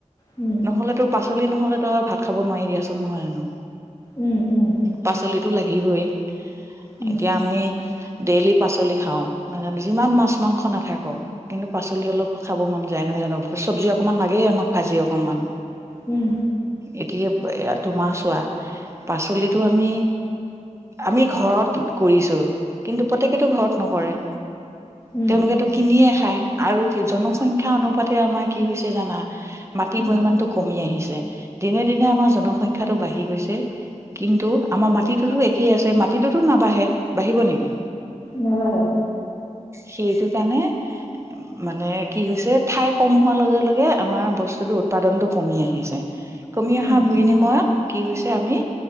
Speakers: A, on the left; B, on the right.
A: উম,
B: নহ'লে তো, পাচলি নহ'লেতো ভাত খাব নোৱাৰি দিয়াচোন নহয় জানো।
A: উম, উম,
B: পাচলিতো লাগিবই,
A: উম
B: এতিয়া আমি ডেইলি পাচলি খাওঁ, নাজানো যিমান মাছ মাংস নাথাকক কিন্তু পাচলি অলপ খাব মন যায়, নহয় জানো, চব্জি অকনমান লাগেই আমাক ভাজি অকনমান
A: উম,
B: এতিয়া তোমাৰ চোৱা, পাচলিতো আমি আমি ঘৰত কৰিছো, কিন্তু প্ৰত্যেকেতো ঘৰত নকৰে,
A: উম
B: তেওঁলোকেতো কিনিয়ে খায়, আৰু জনসংখ্যা অনুপাতে আমাৰ কি হৈছে জানা? মাটিৰ
A: উম
B: পৰিমাণটো কমি আহিছে, দিনে দিনে আমাৰ জনসংখ্যা টো বাঢ়ি গৈছে। কিন্তু, আমাৰ মাটিটো একেই আছে, মাটিটোতো নাবাঢ়ে বাঢ়িব নেকি
A: নাবাঢ়ে
B: সেইটো কাৰণে মানে কি হৈছে ঠাই কম হোৱাৰ লগে লগে আমাৰ বস্তুতো উৎপাদনতটো কমি আহিছে কমি
A: উম
B: অহা বিনিময়ত কি হৈছে আমি